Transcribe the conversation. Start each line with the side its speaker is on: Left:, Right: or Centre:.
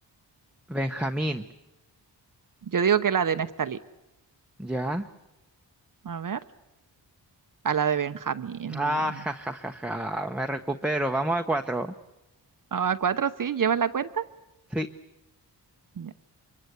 Centre: Benjamín,
Right: Yo digo que la de Neftalí.
Centre: ya.
Right: A ver, a la de Benjamín,
Centre: Ah,
Right: la gran.
Centre: ja, ja, ja, ja. Me recupero. Vamos a cuatro.
Right: Ah, cuatro sí? ¿Llevas la cuenta?
Centre: Sí,
Right: Ya.